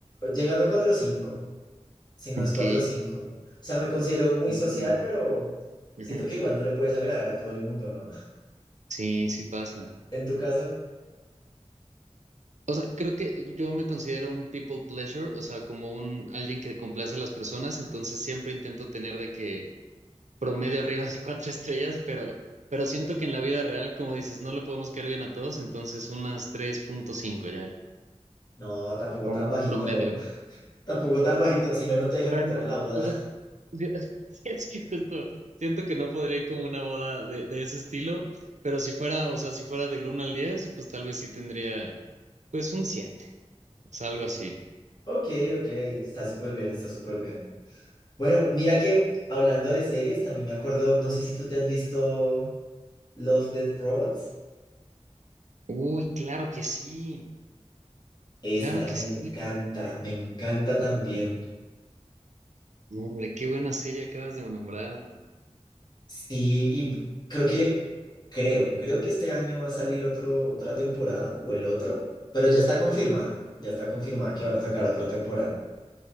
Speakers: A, on the left; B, on the right.
A: llegando a cuatro o cinco, si no
B: Ok.
A: es cuatro o cinco. O sea, me considero muy
B: Mm.
A: social, pero
B: Ujú.
A: siento que igual no le puedes agradar a todo el mundo, ¿no?
B: Sí, sí pasa.
A: En tu caso,
B: O sea, creo que yo me considero un people pleasure, o sea, como un alguien que complace a las personas, entonces siempre intento tener de que promedio arriba de cuatro <laughs> estrellas, pero, pero siento que en la vida real, como dices, no le podemos caer bien a todos, entonces unas tres punto cinco ya,
A: no, tampoco
B: como
A: tan bajito,
B: un promedio.
A: <laughs> tampoco tan bajito, si no, no te dejan
B: Bueno,
A: entrar a la boda.
B: o sea,
A: <laughs>
B: sí, <laughs> sí, es que justo siento que no podría ir como a una boda de, de ese estilo, pero si fuera, o sea, si fuera del 1 al 10, pues tal vez sí tendría, pues un siete o sea, algo así.
A: Ok, ok, está súper bien, está súper bien. Bueno, mira que hablando de series, también me acuerdo, no sé si tú te has visto Love, Death Robots.
B: Uy, claro que sí,
A: Esa
B: claro que
A: me
B: sí.
A: encanta, me encanta también.
B: No, hombre, qué buena serie acabas de nombrar.
A: Sí, y creo que, creo, creo que este año va a salir otro, otra temporada o el otro, pero ya está confirmada, ya está confirmada que van a sacar otra temporada.